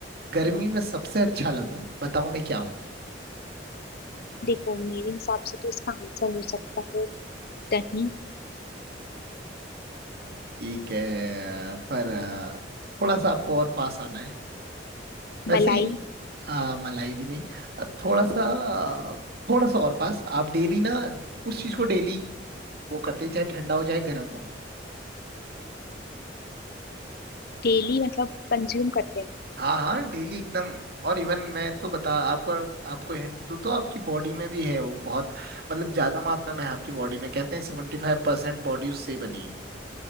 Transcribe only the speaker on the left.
देखो मेरे हिसाब से तो इसका आंसर हो सकता है दही
मलाई
डेली मतलब कंज्यूम करते हैं